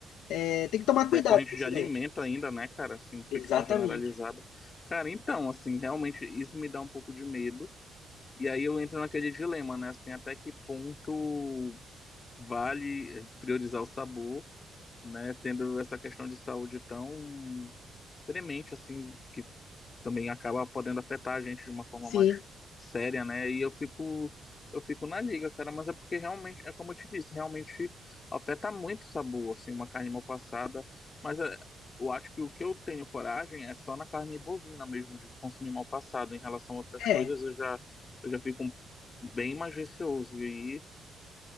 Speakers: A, on the left; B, on the left.
A: É, tem que tomar
B: decorrente
A: cuidado com isso
B: de alimento
A: daí.
B: ainda, né, cara? Assim, infecção
A: Exatamente.
B: generalizada. Cara, então, assim, realmente isso me dá um pouco de medo. E aí eu entro naquele dilema, né? Assim, até que ponto vale eh, priorizar o sabor, né? Tendo essa questão de saúde tão premente, assim, que também acaba podendo afetar a gente de uma forma
A: Sim,
B: mais séria, né? E eu fico eu fico na liga, cara, mas é porque realmente, é como eu te disse, realmente afeta muito o sabor, assim, uma carne mal passada, mas é, eu acho que o que eu tenho coragem é só na carne bovina mesmo de consumir mal passado, em relação a outras
A: é.
B: coisas eu já eu já fico um, bem mais receoso e aí,